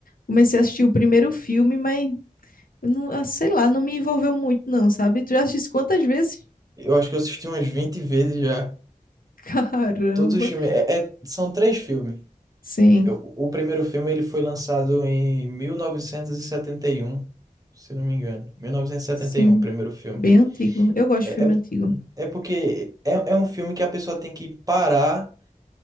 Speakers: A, on the left (about 80°); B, on the right (about 25°).
A: Comecei a assistir o primeiro filme, mas eu não, ah, sei lá, não me envolveu muito, não, sabe? Tu já assistiu quantas vezes? <laughs>
B: Eu acho que eu assisti umas 20 vezes já.
A: Caramba.
B: Todos os filmes. É, é- são três filmes.
A: Sim,
B: Eu- o primeiro filme ele foi lançado em mil novecentos e e setenta e um se não me engano. 1971,
A: sim.
B: o primeiro filme.
A: Bem antigo. Eu gosto
B: É,
A: de filme
B: é,
A: antigo.
B: é porque é, é um filme que a pessoa tem que parar